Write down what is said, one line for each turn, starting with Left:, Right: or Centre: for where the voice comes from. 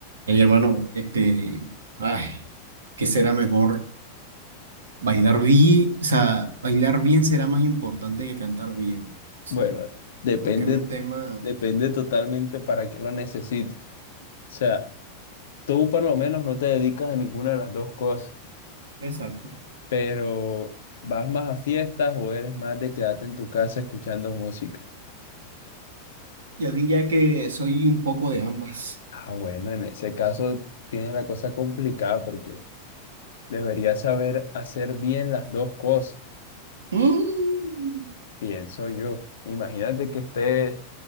Right: Oye, hermano, este, ay, ¿qué será mejor? Bailar bien, o sea, bailar bien será más importante que cantar bien. O sea,
Left: Bueno, depende,
Right: porque es un tema.
Left: depende totalmente para qué lo necesites. O sea, tú por lo menos no te dedicas a ninguna de las dos cosas,
Right: Exacto.
Left: pero vas más a fiestas o eres más de quedarte en tu casa escuchando música.
Right: Yo diría que soy un poco de ambas.
Left: Ah, bueno, en ese caso tienes la cosa complicada porque deberías saber hacer bien las dos cosas,
Right: Mm,
Left: pienso yo. Imagínate que estés